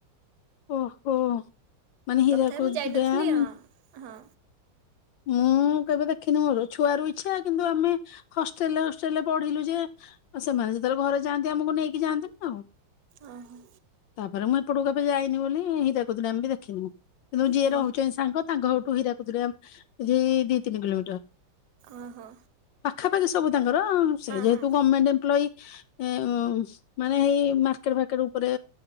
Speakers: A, on the left; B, on the right.
A: ଓହୋ ମାନେ ହିରାକୁଦ
B: ତଥାପି ମୁଁ ଯାଇନଥିଲି
A: ଡ୍ୟାମ୍
B: ହଁ ହଁ।
A: ମୁଁ କେବେ ଦେଖିନି ମୋର ଛୁଆ ର ଇଚ୍ଛା କିନ୍ତୁ ଆମେ ହଷ୍ଟେଲରେ ହଷ୍ଟେଲରେ ପଢିଲୁ ଯେ ଆଉ ସେମାନେ ଯେତେବେଳେ ଘରେ ଯାଆନ୍ତି ଆମକୁ ନେଇକି ଯାଆନ୍ତିନ ଆଉ।
B: ଓ ହୋ।
A: ତାପରେ ମୁଁ ହେପଟକୁ କେବେ ଯାଇନି ବୋଲି ହିରକୁଦ୍ ଡ୍ୟାମ ବି ଦେଖିନି ମୁଁ। କିନ୍ତୁ ଯିଏ
B: ହଁ
A: ରହୁଛନ୍ତି ସାଙ୍ଗ ତାଙ୍କ ଘରଠୁ ହୀରାକୁଦ ଡ୍ୟାମ ଦି ତିନି କିଲୋମିଟର।
B: ଓ ହୋ।
A: ପାଖାପାଖି ସବୁ ତାଙ୍କର ସେ ଯେହେତୁ
B: ହଁ
A: ଗମେଣ୍ଟ ଏମପ୍ଲୋଇ ଏ ମାନେ ହେଇ ମାର୍କେଟ ଫାର୍କେଟ ଉପରେ